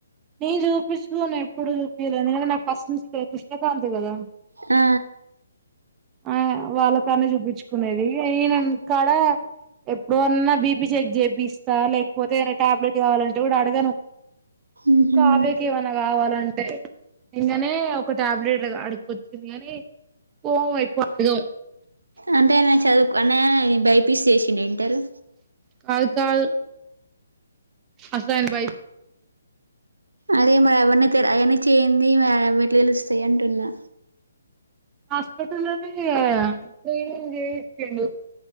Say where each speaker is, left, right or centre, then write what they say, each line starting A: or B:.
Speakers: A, on the right (about 20°); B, on the right (about 85°).
A: నేను చూపిచుకోను ఎప్పుడు చూపీల ఎందుకంటే నాకు ఫస్ట్ నుంచి కృష్ణకాంత్ కదా.
B: ఆ
A: ఆ వాళ్ళ కాన్నే చూపిచుకునేది, ఇగ ఈనంక్కాడ ఎప్పుడన్నా బి పి చెక్ చేపిస్తా లేకపోతే ఆయన టాబ్లెట్ గావాలంటే గూడ అడగను
B: మ్మ్
A: కావ్యాకి ఏమన్నా గావాలంటే నిన్ననే ఒక టాబ్లెట్లు అడుకొచ్చింది గానీ పోము ఎక్కువ అడగం.
B: అంటే నేన్ చదువుకొనే బైపీస్ చేసిండు ఇంటరు
A: కాదు కాదు అసాన్ బై
B: అరే మరి ఎవన్న అవన్నీ చేయ్యంది మరవెట్ల తెలుస్తయి అంటున్నా
A: హాస్పిటల్నే ట్రైనింగ్ చేశిండు